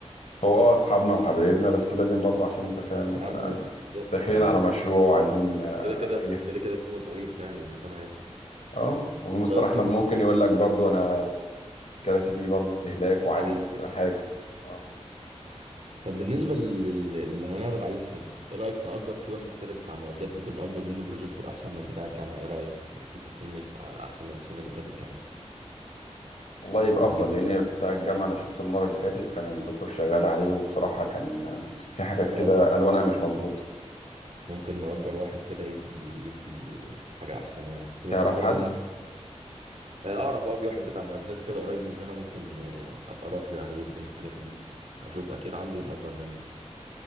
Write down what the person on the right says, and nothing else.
يا عم
بالظبط
يعني
كده كده
كده كده في مصاريف يعني المكان هيصرف
رأيك
يوم
عايز
طب بالنسبة لل- اللي هنعرض عليه الفيلم ايه رأيك نأجر فيه واحد كده بتاع معدات ممكن نأجر منه بروجيكتور احسن من بتاع الجامعة ايه رأيك بحيث الفيلم يبقى احسن من السنة اللي فاتت كمان
نجيب
برو-
اه
ممكن نأجر واحد كده يدي يدي حاجة احسن يعني ممكن
برضو
نن... آه، اعرف اه في واحد بتاع معدات كده قريب مننا ممكن آه، ابقى اروح له يعني اجيب منه حاجات من دي اشوف اكيد عنده ونأجر منه